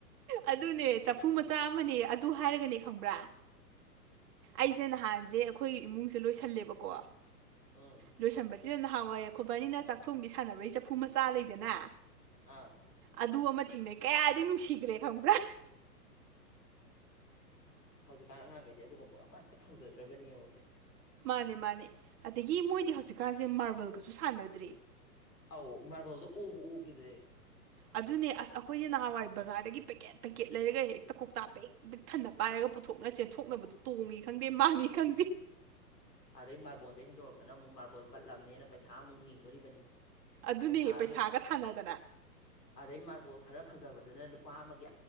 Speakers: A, on the right; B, on the left.
A: ꯑꯗꯨꯅꯦ ꯆꯐꯨ ꯃꯆꯥ ꯑꯃꯅꯦ ꯑꯗꯨ ꯍꯥꯏꯔꯒꯅꯦ ꯈꯪꯕ꯭ꯔꯥ ꯑꯩꯁꯦ ꯅꯍꯥꯟꯁꯦ ꯑꯩꯈꯣꯏꯁꯦ ꯏꯃꯨꯡꯁꯦ ꯂꯣꯏꯁꯜꯂꯦꯕꯀꯣ
B: ꯑꯥ
A: ꯂꯣꯏꯁꯟꯕꯁꯤꯗ ꯅꯍꯥꯎꯋꯥꯏꯌꯦ ꯑꯩꯣꯏꯕꯥꯅꯤꯅ ꯆꯥꯛ ꯊꯣꯡꯕꯤ ꯁꯥꯟꯅꯕꯩ ꯆꯐꯨ ꯃꯆꯥ ꯂꯩꯗꯅ
B: ꯑꯥ
A: ꯑꯗꯨ ꯑꯃ ꯊꯦꯡꯅꯩ ꯀꯌꯥꯗꯤ ꯅꯨꯡꯁꯤꯈ꯭ꯔꯦ ꯈꯪꯕ꯭ꯔꯥ
B: ꯍꯧꯖꯤꯛꯀꯥꯟ ꯑꯉꯥꯡꯈꯩꯗꯤ ꯑꯗꯨꯒꯨꯝꯕꯒ ꯑꯃꯠꯇ ꯐꯪꯖꯗ꯭ꯔꯕꯅꯤ ꯌꯦꯡꯉꯨꯁꯦ
A: ꯃꯥꯅꯦ ꯃꯥꯅꯦ ꯑꯗꯒꯤ ꯃꯣꯏꯗꯤ ꯍꯧꯖꯤꯛꯀꯥꯟꯁꯦ ꯃꯥꯔꯕꯜꯒꯁꯨ ꯁꯥꯟꯅꯗ꯭ꯔꯤ
B: ꯑꯧ ꯃꯥꯔꯕꯜꯗꯣ ꯎꯕꯨ ꯎꯈꯤꯗ꯭ꯔꯦ
A: ꯑꯗꯨꯅꯦ ꯑꯁ ꯑꯩꯈꯣꯏꯗꯤ ꯅꯍꯥꯟꯋꯥꯏ ꯕꯖꯥꯔꯗꯒꯤ ꯄꯦꯀꯦꯠ ꯄꯦꯀꯦꯠ ꯂꯩꯔꯒ ꯍꯦꯛꯇ ꯀꯧꯇꯥ ꯄꯦꯛ ꯍꯦꯛ ꯄꯤꯛ ꯊꯟꯅ ꯄꯥꯏꯔꯒ ꯄꯨꯊꯣꯛ ꯆꯦꯟꯊꯣꯛꯅꯕꯗꯣ ꯇꯣꯡꯉꯤ ꯈꯪꯗꯦ ꯃꯥꯡꯏ ꯈꯪꯗꯦ
B: ꯑꯗꯩ ꯃꯥꯔꯕꯣꯜꯗꯩ ꯍꯦꯟꯗꯣꯔꯛꯇꯅ ꯑꯃꯨꯛ ꯃꯥꯔꯕꯣꯜ ꯄꯠꯂꯝꯅꯦꯅ ꯄꯩꯁꯥ ꯑꯃꯨꯛ ꯅꯤꯗꯣꯔꯤꯕꯅꯤ
A: ꯑꯗꯨꯅꯦ
B: ꯄꯩꯁꯥ
A: ꯄꯩꯁꯥꯒ
B: ꯑꯃꯨꯛ
A: ꯊꯥꯅꯗꯅ
B: ꯑꯗꯩ ꯃꯥꯔꯕꯣꯜ ꯈꯔ ꯐꯖꯕꯗꯨꯅ ꯂꯨꯄꯥ ꯑꯃꯒꯤ